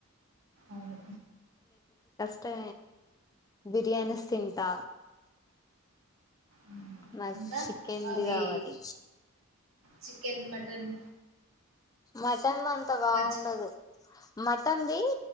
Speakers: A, on the right (about 75°); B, on the left (about 15°).
A: అవును
B: అంటే బిర్యానీ స్ తింటా
A: ఉమ్.
B: నాకు
A: ఇంకా
B: చికెన్ది
A: అవి
B: కావాలి
A: చికెన్ మటన్
B: మటన్ అంత బాగుండదు
A: వెజ్
B: మటన్ది